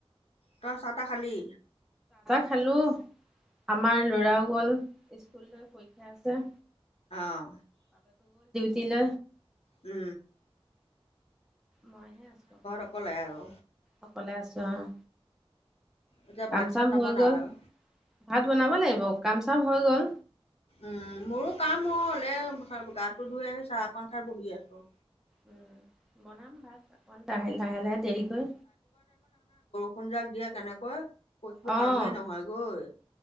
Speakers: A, on the left; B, in the centre.
A: তই চাহ-তাহ খালী?
B: খালোঁ। আমাৰ ল'ৰাও গ'ল স্কুললৈ পৰীক্ষা আছে।
A: আঁ অ
B: ছিলে।
A: ওঁ
B: মইহে আছোঁ।
A: অকলে আৰু
B: অকলে আছো অঁ।
A: এতিয়া
B: কামচাম
A: ভাত চাত নবনাও
B: হৈ গল
A: আৰু।
B: ভাত বনাব লাগিব কামচাম হৈ গ'ল।
A: উম মোৰো কাম হলে গাটো ধুই আহি চাহকন খাই বহি আছো।
B: উম বনাম ভাত অকমান লাহে লাহে লাহে দেৰিকৈ
A: ষোন যাক দিয়ে কেনেকৈ ক একো
B: অ'।
A: কামেই নহয়গৈ